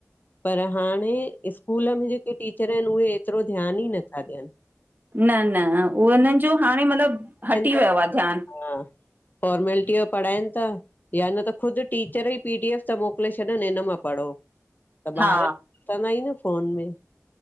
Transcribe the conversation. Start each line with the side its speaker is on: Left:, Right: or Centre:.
Left: पर हाणे स्कूल में जेके टीचर आहिनि उहे एतिरो ध्यानु ई नथा ॾियनि।
Right: न -न उहो हिननि जो हाणे मतलबु हटी
Left: बसि फॉर्मेलिटी पढ़ाइनि था
Right: वियो
Left: त
Right: आहे ध्यानु।
Left: हा फॉर्मेलिटी जो पढ़ाइनि था, या न त ख़ुदि टीचर ई पी डीएफ था मोकिले छॾनि हिन मां पढ़ो त
Right: हा
Left: ॿार कंदा ई न फ़ोन में